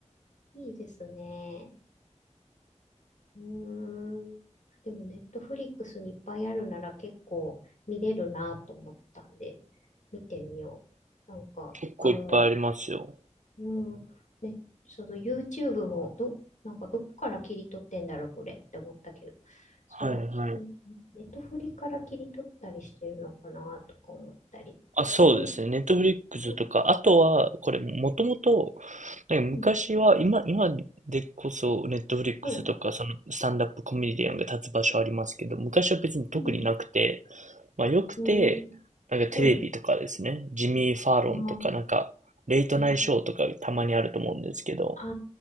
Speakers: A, on the left; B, on the right.
A: いいですね。うーん。でも、ネットフリックスにいっぱいあるなら結構見れるなと思ったんで、見てみよう。なんか、
B: 結構いっぱいありますよ。
A: あの、うん。ね、その YouTube も、ど、なんかどこから切り取ってんだろう、これって思ったけど、その、
B: はいはい。
A: ねねネットフリから切り取ったりしてるのかな、とか思ったり。
B: あ、そうですね。
A: なん、
B: ネットフリックスとか、
A: な
B: あとは、これ、もともと、なんか昔は、
A: うん、
B: 今、今でこそ、ネットフリックスとか、
A: はい、
B: その、スタンダップコメディアンが立つ場所ありますけど、昔は別に特になくて、
A: うん、
B: まあ、よくて、
A: うん、
B: なんかテレビとかですね、
A: はい
B: ジミー・ファーロンとか、
A: あ
B: なんか、レイトナイトショーとかたまにあると思うんですけど、
A: ーうん、あ